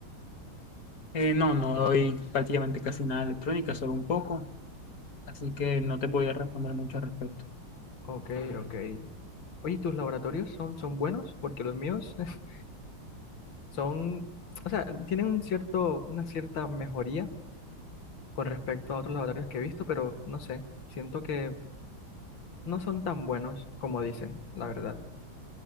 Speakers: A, on the left; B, on the left.
A: Eh, no, no doy prácticamente casi nada de electrónica, solo un poco, así que no te podría responder mucho al respecto.
B: Ok, ok. Oye, ¿tus laboratorios son, son buenos? Porque los míos <laughs> son, o sea, tienen un cierto, una cierta mejoría con respecto a otros laboratorios que he visto, pero no sé, siento que no son tan buenos como dicen, la verdad.